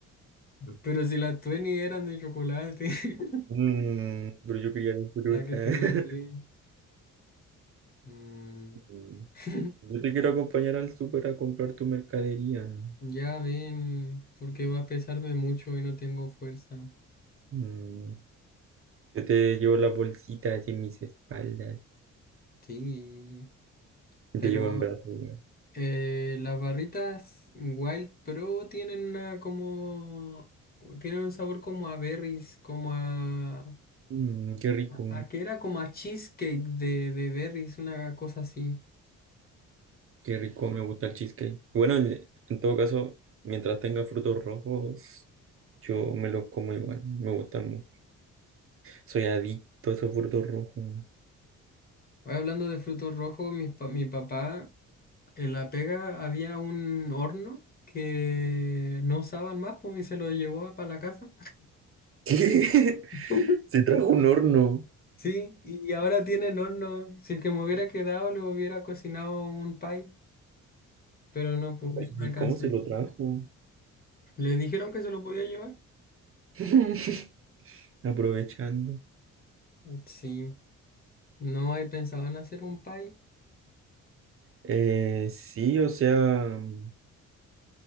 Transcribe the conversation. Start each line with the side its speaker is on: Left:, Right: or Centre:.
Left: Pero si las 20 eran de chocolate, <laughs>
Right: Mm, pero yo quería mi fruta.
Left: la que te
Right: <laughs>
Left: regalé. Mm.
Right: Mm,
Left: <laughs>
Right: Yo te quiero acompañar al súper a comprar tu mercadería.
Left: Ya ven, porque va a pesarme mucho y no tengo fuerza.
Right: Mm, Yo te llevo las bolsitas en mis espaldas.
Left: Sí,
Right: Yo
Left: pero
Right: te llevo en brazos. güey.
Left: Eh, las barritas Wild Pro tienen una como... Tienen un sabor como a berries, como a...
Right: Mm, qué rico,
Left: ¿A qué era? Como a cheesecake de, de berries, una cosa así.
Right: qué rico, me gusta el cheesecake. Bueno, en en todo caso, mientras tenga frutos rojos, yo me los como igual, me gustan Soy adicto a soporto rojo. <laughs>
Left: Hoy Hablando de frutos rojos, mi, pa- mi papá en La Pega había un horno que no usaban más pues, y se lo llevó para la casa.
Right: ¿Qué?
Left: <laughs>
Right: Se trajo un horno.
Left: Sí, y ahora tienen horno. Si es que me hubiera quedado, le hubiera cocinado un pie, pero no pude, no
Right: ¿Y
Left: alcancé.
Right: cómo se lo trajo?
Left: ¿Les dijeron que se lo podía llevar?
Right: <laughs> Aprovechando.
Left: Sí. No, ahí pensaban hacer un pie.
Right: Eh, sí, o sea, mm,